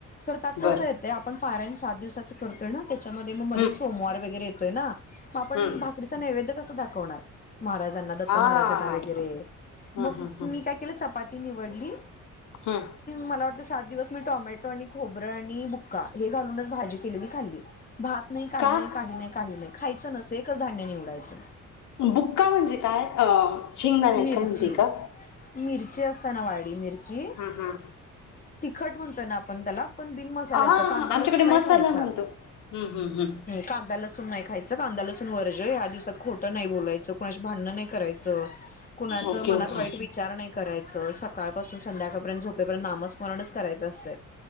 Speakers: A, on the left (about 30°); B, on the left (about 75°).
A: खर त्यात कस
B: बर
A: येत आपण पा रायन सात दिवसा करतोय ना त्याच्या मध्ये मग
B: हम्म
A: सोमवार वगैरे येतोय ना म आपन
B: हम्म
A: भाकरी. कसा नैवेद्य कसा दाखवणार महाराजांना दत्त
B: हा
A: महाराजांना वैगरे व
B: हम्म
A: मग
B: हम्म हम्म
A: मी काय केले चपाती निवडली.
B: हम्म
A: मला वाटत सात दिवस मी टोमॅटो आणि खोबरं आणि भुक्का हे घालूनच भाजी केलेली खाल्ली. भात नाही काही
B: का
A: नाही काही नाही काही नाही खायचं नसे एक धान्य निवडायच.
B: बुक्का म्हणजे काय. शेंगदाणे
A: मिरची
B: का म्हणते का
A: मिरची असता ना वाडी मिरची.
B: हा हा
A: तिखट म्हणतोय ना आपण त्याला. बिन मल्याची
B: हा
A: कांदा
B: आमच्याकडे
A: लसुन
B: मसाला
A: नाही खायचा
B: म्हणतो हम्म हम्म हम्म
A: कांदा लसून नाही खायचा. कांदा लसून वर्ज या दिवसात खोटं नाही बोलायचं कोणाशी भांडणं नाही करायचं. कुणाच
B: ओके
A: मनात
B: ओके
A: वाईट विचार नाही करायचं सकाळपासून संध्याकाळपर्यंत झोपेपर्यंत नामस्मरणच करायचं असत